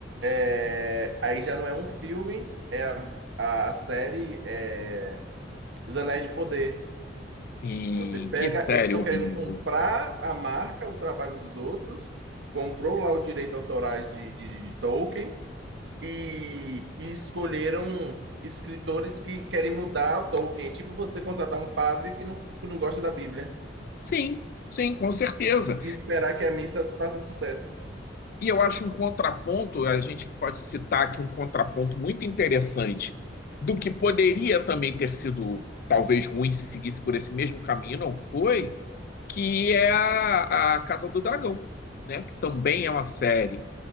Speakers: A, on the right (about 85°); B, on the left (about 50°).
A: É, aí já não é um filme, a série é, Os Anéis de Poder.
B: sim,
A: Você pega,
B: que série
A: eles estão
B: horrível.
A: querendo comprar a marca, o trabalho dos outros, comprou lá o direito autorais de, de, de Tolkien e, e escolheram escritores que querem mudar o Tolkien. É Tipo você contratar um padre que não, que não gosta da Bíblia
B: Sim, sim, com certeza.
A: e esperar que a missa faça sucesso.
B: E eu acho um contraponto, a gente pode citar aqui um contraponto muito interessante do que poderia também ter sido talvez ruim se seguisse por esse mesmo caminho, não foi, que é a, a Casa do Dragão, né? Que também é uma série